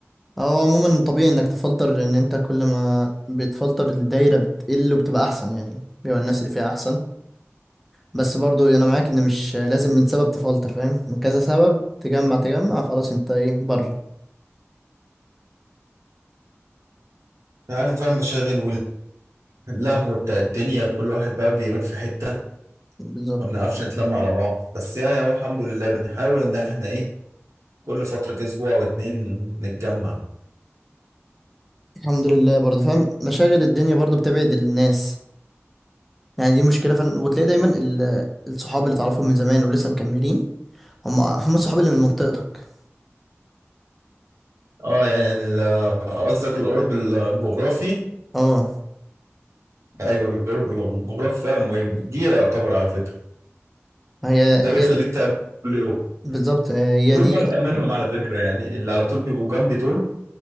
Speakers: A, in the centre; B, on the right.
A: هو عموما طبيعي انك تفلتر لان انت كل ما بتفلتر الدايره بتقل وبتبقى احسن يعني بيبقى الناس اللي فيها احسن بس برضو انا معاك ان مش لازم من سبب تفلتر فاهم من كذا سبب تجمع تجمع خلاص انت ايه بره
B: عارف بقى المشاغل واللهو بتاع الدنيا كل واحد بقى بيروح في حتة
A: بالظبط
B: ما بنعرفش نتلم على بعض بس يعني هو الحمد لله بنحاول ان احنا ايه كل فترة كده اسبوع او اتنين نتجمع
A: الحمد لله برضو فاهم مشاغل الدنيا برضو بتبعد الناس يعني دي مشكلة فعلا وتلاقي دايما ال- الصحاب اللي تعرفهم من زمان ولسه مكملين هم هم الصحاب اللي من منطقتك
B: اه يعني ال- قصدك القرب الجغرافي
A: اه
B: ايوه القرب الجغرافي فعلا مهم دي يعتبر على فكره
A: هي
B: ده
A: هي
B: بيخليك
A: دي
B: تقابل كل يوم
A: بالظبط هي
B: دول
A: دي
B: ببدأ منهم على فكره يعني اللي على طول بيبقوا جنبي دول